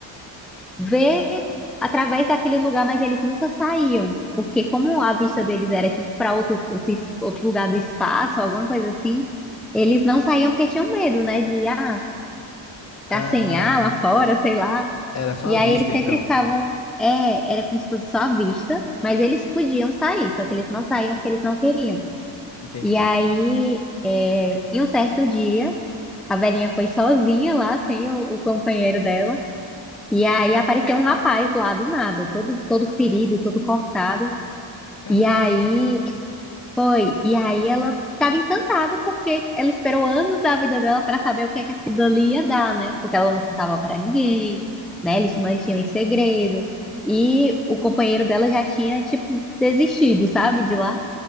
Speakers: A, in the centre; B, on the left.
A: ver através daquele lugar, mas eles nunca saíam, porque como a vista deles era tipo para outro, outro, es- outro lugar do espaço, alguma coisa assim, eles não saíam porque tinham medo, né, de ah, tá
B: Ah,
A: sem ar lá fora, sei lá.
B: era só
A: E
B: à
A: aí
B: vista,
A: eles sempre
B: então.
A: ficavam, é, era como se fosse só a vista, mas eles podiam sair, só que eles não saíam porque eles não queriam.
B: Entendi.
A: E aí, é, em um certo dia, a velhinha foi sozinha lá, sem o o companheiro dela. E aí apareceu um rapaz lá do nada, todo, todo ferido, todo cortado.
B: Caramba,
A: E aí foi. E aí ela estava encantada porque ela esperou anos da vida dela para saber o que é que aquilo ali ia dar, né? Porque ela não contava para ninguém, né? Eles mantinham em segredo. E o companheiro dela já tinha, tipo, desistido, sabe, de lá.